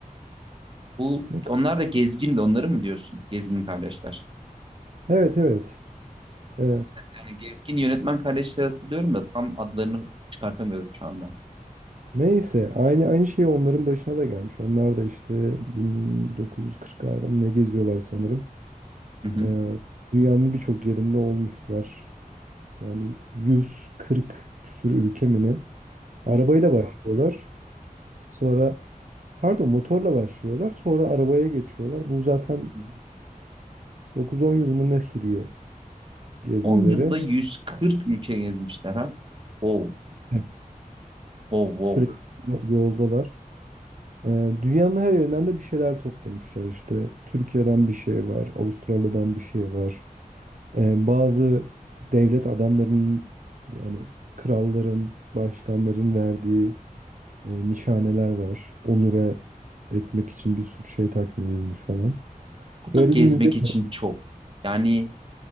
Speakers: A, on the right (about 35°); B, on the right (about 60°).
A: Bu
B: Ne? kar-
A: onlar da gezgin onları mı diyorsun? Gezgin kardeşler.
B: Evet evet. Ee,
A: Yani gezgin yönetmen kardeşleri hatırlıyorum da tam adlarını çıkartamıyorum şu anda.
B: Neyse aynı aynı şey onların başına da gelmiş. Onlar da işte 1940'larda mı ne geziyorlar sanırım.
A: Hı hı.
B: Ee, dünyanın birçok yerinde olmuşlar. Yani 140 küsur ülke mi ne? Arabayla
A: Of.
B: başlıyorlar. Sonra pardon motorla başlıyorlar. Sonra arabaya geçiyorlar. Bu zaten
A: Hı hı.
B: 9-10 yıl mı ne sürüyor gezmeleri.
A: 10 yılda 140 ülke gezmişler ha. Wow,
B: Evet.
A: wow, wow.
B: Sürekli yoldalar. Ee, Dünyanın her yerinden de bir şeyler toplamışlar işte. Türkiye'den bir şey var, Avustralya'dan bir şey var. Ee, bazı devlet adamlarının yani kralların, başkanların verdiği e, nişaneler var. Onure etmek için bir sürü şey takdim edilmiş falan.
A: Bu
B: Böyle
A: da gezmek
B: bir müze
A: için çok. Yani